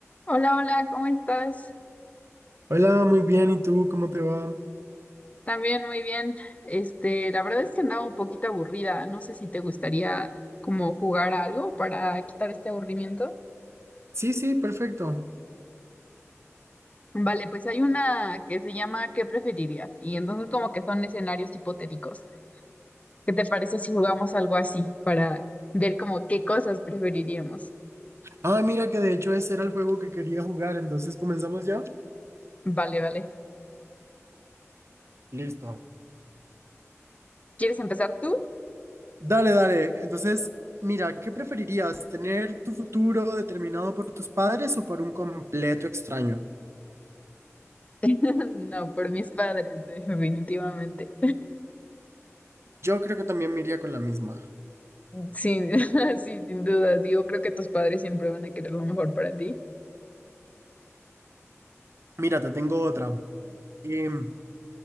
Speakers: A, on the left; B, on the right.
A: Hola, hola, ¿cómo estás?
B: Hola, muy bien. ¿Y tú cómo te va?
A: También muy bien. Este, la verdad es que andaba un poquito aburrida. No sé si te gustaría como jugar a algo para quitar este aburrimiento.
B: Sí, sí, perfecto.
A: Vale, pues hay una que se llama ¿Qué preferirías? Y entonces como que son escenarios hipotéticos. ¿Qué te parece si jugamos algo así para ver como qué cosas preferiríamos?
B: Ah, mira que de hecho ese era el juego que quería jugar, entonces comenzamos ya.
A: Vale, vale.
B: Listo.
A: ¿Quieres empezar tú?
B: Dale, dale. Entonces, mira, ¿qué preferirías? ¿Tener tu futuro determinado por tus padres o por un completo extraño?
A: <laughs> No, por mis padres, definitivamente.
B: Yo creo que también me iría con la misma.
A: Sí, <laughs> sí, sin duda. Digo, creo que tus padres siempre van a querer lo mejor para ti.
B: Mira, te tengo otra. Em,